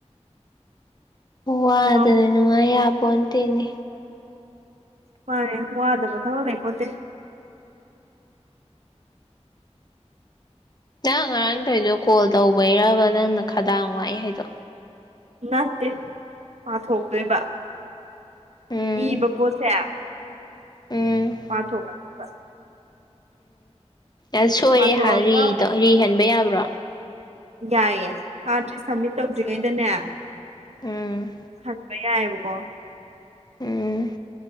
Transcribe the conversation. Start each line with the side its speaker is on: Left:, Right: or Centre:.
Left: ꯋꯥꯗꯅ
Right: ꯉꯝ
Left: ꯅꯨꯡꯉꯥꯏ ꯌꯥꯄꯣꯟ ꯇꯦꯅꯦ
Right: ꯃꯥꯅꯦ ꯋꯥꯗꯕ ꯊꯕꯛ ꯂꯩ ꯄꯣꯠꯇꯦ
Left: ꯅꯪ ꯉꯔꯥꯡ ꯇꯣꯏꯗꯣ ꯀꯣꯜ ꯇꯧꯕꯩꯔꯕ ꯅꯪꯅ ꯈꯗꯥꯡ ꯋꯥꯏ ꯍꯩꯗꯣ
Right: ꯅꯠꯇꯦ ꯄꯥꯊꯣꯛꯇꯣꯏꯕ
Left: ꯎꯝ
Right: ꯏꯕ ꯄꯣꯠꯁꯦ
Left: ꯎꯝ
Right: ꯄꯥꯊꯣꯛꯀꯗꯣꯢꯕ
Left: ꯑꯁ ꯁꯣꯏꯔꯦ
Right: ꯄꯥꯊꯣꯛꯑꯒ
Left: ꯍꯥꯏ ꯔꯤꯇ ꯔꯤ ꯍꯟꯕ ꯌꯥꯕ꯭ꯔꯣ
Right: ꯌꯥꯏꯌꯦꯦ ꯊꯥꯗ꯭ꯔꯤ ꯁꯕꯃꯤꯠ ꯇꯧꯗ꯭ꯔꯤꯉꯩꯗꯅꯦ
Left: ꯎꯝ
Right: ꯍꯥꯟ ꯀ ꯌꯥꯏꯑꯕꯀꯣ
Left: ꯎꯝ